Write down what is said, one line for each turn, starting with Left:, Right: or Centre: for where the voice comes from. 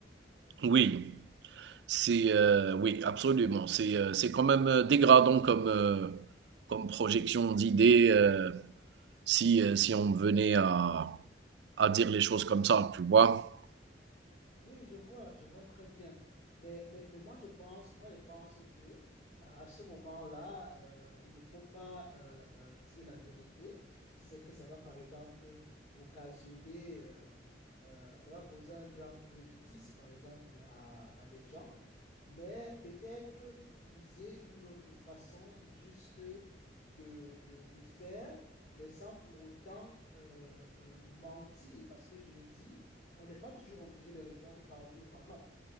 Right: oui. C'est euh, oui, absolument. C'est euh, c'est quand même euh, dégradant comme euh, comme projection d'idées. euh, si, euh, si on venait à, à dire les choses comme ça, tu vois.
Left: Oui, je vois, je vois très bien. Mais, mais, mais moi, je pense, moi, je pense que euh, à ce moment-là, euh, il ne faut pas euh, euh, dire la vérité. Si c'est que ça va, par exemple, occasionner, euh, euh, ça va causer un grand préjudice, par exemple, à, à des gens. Mais peut-être utiliser une autre façon juste de, de, de faire, mais sans pour autant euh, euh, mentir. Parce que je me dis, on n'est pas toujours obligé de répondre par oui ou par non.